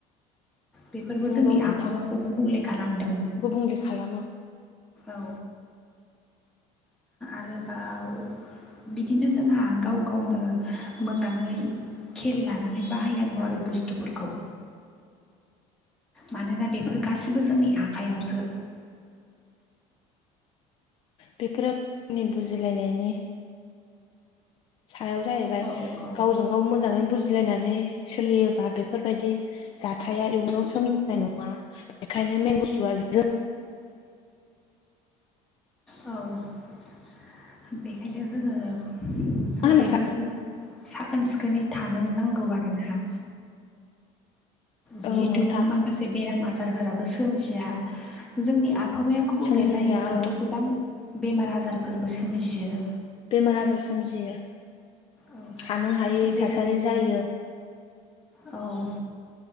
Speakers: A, in the centre; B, on the left.
A: बेफोरबो
B: नंगौ
A: जोंनि आबहावाखौ
B: नोंथां
A: गुबुंले खालामदों
B: गुबुंले खालामो
A: औ आरोबाव बिदिनो जोंहा गाव गावनो मोजाङै खेल लानानै बाहायनांगौ आरो बुस्थुफोरखौ मानोना बेफोर गासैबो जोंनि आखयावसो
B: बेफोरो गावनि बुजिलायनायनि सायाव जाहैबाय
A: औ औ
B: गावजों गाव गाव मोजाङै बुजिलायनानै सोलियोबा बेफोरबायदि जाथाया इयुनाव सोमजिनाय नङा बेखायनो मेन बुस्थुआ जो
A: औ-औ बेखायनो जोङो
B: मा होनो
A: जेब्लबो
B: सा
A: साखोन सिखोनै थानो नांगौ आरोना जिहेथु
B: औ नोंथां
A: माखासे बेराम आजारफोराबो सोमजिया जोंनि आबहावाया गुबुंले
B: सोमजिया
A: जायोब्लाथ'
B: औ
A: गोबां बेमार आजारफोरबो सोमजियो
B: बेमार आजार सोमजियो
A: औ
B: थानो हायै
A: जेरै
B: थासारि जायो
A: औ